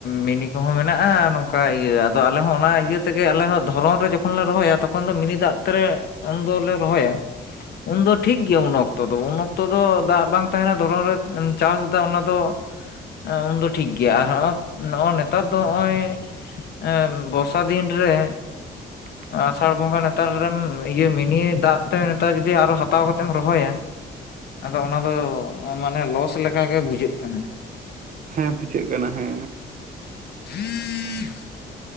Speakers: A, on the left (about 60°); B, on the right (about 45°).
A: ᱢᱤᱱᱤ ᱠᱚᱦᱚᱸ ᱢᱮᱱᱟᱜᱼᱟ ᱚᱱᱠᱟ ᱤᱭᱟᱹ ᱟᱫᱚ ᱟᱞᱮ ᱦᱚᱸ ᱚᱱᱟ ᱤᱭᱟᱹ ᱛᱮᱜᱮ ᱟᱞᱮ ᱦᱚᱸ ᱫᱷᱚᱨᱚᱢ ᱨᱮ ᱡᱚᱠᱷᱚᱱ ᱞᱮ ᱨᱚᱦᱚᱭᱟ ᱛᱚᱠᱷᱚᱱ ᱫᱚ ᱢᱤᱱᱤ ᱫᱟᱜ ᱛᱮᱞᱮ ᱩᱱ ᱫᱚᱞᱮ ᱨᱚᱦᱚᱭᱟ ᱩᱱᱫᱚ ᱴᱷᱤᱠ ᱜᱮᱭᱟ ᱩᱱ ᱚᱠᱛᱚ ᱫᱚ ᱩᱱ ᱚᱠᱛᱚ ᱫᱚ ᱫᱟᱜ ᱵᱟᱝ ᱛᱟᱦᱮᱱᱟ ᱫᱷᱚᱨᱚᱱ ᱨᱮ ᱪᱟᱥ ᱫᱟ ᱚᱱᱟ ᱫᱚ ᱩᱱᱫᱚ ᱴᱷᱤᱠ ᱜᱮᱭᱟ ᱟᱨ ᱱᱚᱜᱚᱭ ᱱᱮᱛᱟᱨ ᱫᱚ ᱱᱚᱜᱼᱚᱭ ᱮᱸ ᱵᱚᱨᱥᱟ ᱫᱤᱱ ᱨᱮ
B: <inaudible>
A: ᱟᱥᱟᱲ ᱵᱚᱸᱜᱟ ᱱᱮᱛᱟᱨ ᱨᱮᱢ ᱤᱭᱟᱹ ᱢᱤᱱᱤ ᱫᱟᱜ ᱛᱮ ᱱᱮᱛᱟᱨ ᱡᱩᱫᱤ ᱟᱨᱚ ᱦᱟᱛᱟᱣ ᱠᱟᱛᱮᱢ ᱨᱚᱦᱚᱭᱟ ᱟᱫᱚ ᱚᱱᱟᱫᱚ ᱢᱟᱱᱮ ᱞᱚᱥ ᱞᱮᱠᱟᱜᱮ ᱵᱩᱡᱷᱟᱹᱜ ᱠᱟᱱᱟ
B: ᱦᱮ ᱯᱩᱡᱟᱹᱜ ᱠᱟᱱᱟ ᱦᱮ
A: <inaudible>